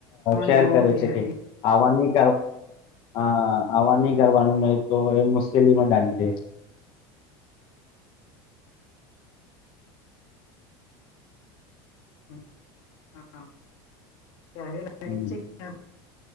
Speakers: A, on the left; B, on the left.
A: કોણ
B: શેર
A: કેવું
B: કરે
A: હોય
B: છે, કે આવાની. આવવા નહી કરવાનું નહી તો એ મુશ્કેલીમાં ડાલી દે.
A: હ હાા. પ્યારે લગ
B: હમ
A: છે કે.